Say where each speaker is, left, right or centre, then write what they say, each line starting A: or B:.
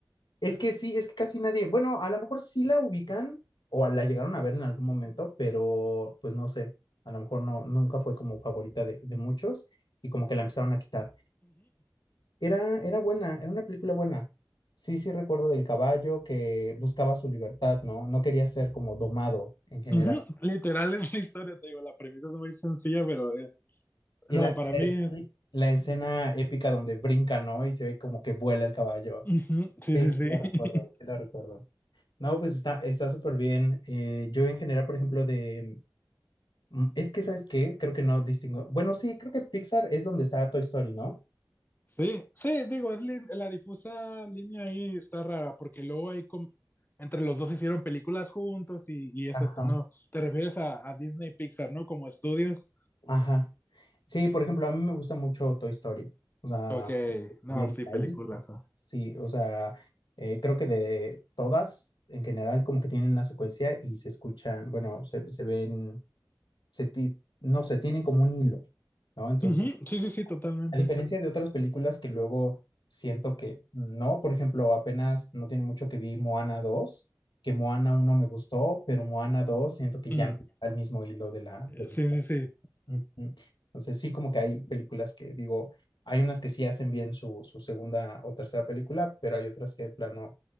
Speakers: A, on the left; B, on the left.
A: Es que sí, es que casi nadie, bueno, a lo mejor sí la ubican o la llegaron a ver en algún momento, pero pues no sé, a lo mejor no, nunca fue como favorita de, de muchos y como que la empezaron a quitar. Era, era buena, era una película buena. Sí, sí recuerdo del caballo que buscaba su libertad, ¿no? No quería ser como domado en general.
B: Ujú, Literal es la historia, te digo, la premisa es muy sencilla, pero es...
A: Y
B: No,
A: la,
B: para
A: la
B: mí
A: escena
B: es...
A: la escena épica donde brinca, ¿no? Y se ve como que vuela el caballo.
B: ujú, Sí,
A: Sí,
B: sí,
A: sí
B: sí.
A: la recuerdo,
B: <laughs>
A: sí la recuerdo. No, pues está está súper bien. Eh, yo en general, por ejemplo, de, Mm, Es que, ¿sabes qué? Creo que no distingo. Bueno, sí, creo que Pixar es donde está Toy Story, ¿no?
B: Sí, sí, digo, es lin- la difusa línea ahí está rara, porque luego hay com- entre los dos hicieron películas juntos y, y es
A: Ajá.
B: esto, ¿no? Te refieres a, a Disney Pixar, ¿no? Como estudios.
A: Ajá. Sí, por ejemplo, a mí me gusta mucho Toy Story. O sea,
B: Ok, no,
A: viene
B: sí,
A: de
B: películas.
A: ahí. Ajá.
B: ah.
A: Sí, o sea, eh, creo que de todas, en general, como que tienen una secuencia y se escuchan, bueno, se, se ven, se, ti- no sé, tienen como un hilo, ¿no? Entonces,
B: Ujú, Sí, sí, sí, totalmente.
A: A diferencia de otras películas que luego siento que no, por ejemplo, apenas no tiene mucho que vi Moana dos que Moana uno me gustó, pero Moana dos siento que
B: Mm,
A: ya no está el mismo hilo de la, de
B: Sí,
A: la-
B: sí, sí.
A: Ujú. Entonces sí como que hay películas que digo, hay unas que sí hacen bien su, su segunda o tercera película, pero hay otras que de plano